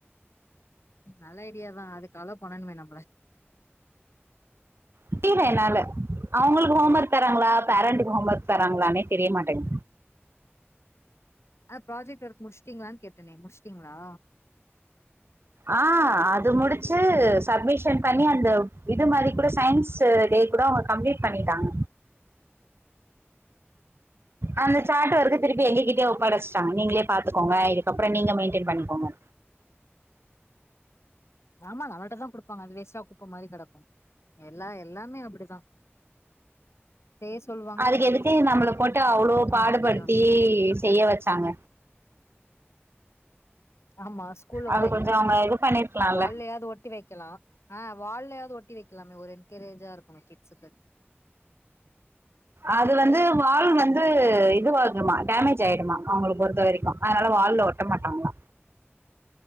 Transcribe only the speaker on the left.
ம் நல்ல ஐடியாதா அதுக்கு அலோ பண்ணணுமே நம்ள
அந் ப்ராஜெக்ட் ஒருக் முடிஸ்ட்டீங்ளான் கேட்டனே முடிஸ்டீங்ளா
ம்
ஆமா நமள்ட்டதா குடுப்பாங்க அது வேஸ்ட்டா குப்ப மாரி கெடக்கு எல்லா எல்லாமே அப்புடிதா செய்ய சொல்வா
நம்மகிட்டயே வந்துரு
ஆமா ஸ்கூல்ல கூட
வக்கமாட்டாங்க
வால்லயாது ஒட்டி வை க்கலா ஆ வால்லயாது ஒட்டி வைக்கலாமே ஒரு என்க்கரேஜா இருக்கு கிட்ஸுக்கு